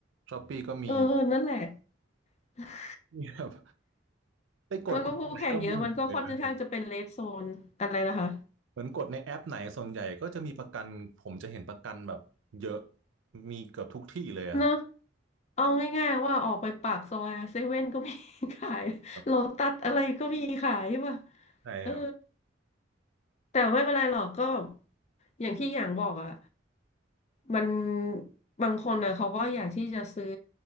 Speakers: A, on the right (about 85°); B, on the left (about 35°).
A: ช้อปปี้ก็มี
B: เออนั่นแหละ <laughs>
A: มีครับ ไปกดกดไหนก็มีหมดเลยนะ
B: มันก็คู่แข่งเยอะมันก็ค่อนข้างจะเป็น red zone อะไรนะคะ
A: เหมือนกดในแอปไหนส่วนใหญ่ก็จะมีประกันผมจะเห็นประกันแบบเยอะมีเกือบทุกที่เลยอะครับ
B: เนอะ เอาง่ายๆว่าออกไปปากซอยเซเว่นก็มี <laughs> ขาย <laughs>
A: ครับ
B: โลตัสอะไรก็มีขายใช่ป่ะ
A: ใช่ครับ
B: เออแต่ไม่เป็นไรหรอกก็อย่างที่อย่างบอกอ่ะมันบางคนอ่ะเขาก็อยากที่จะซื้อ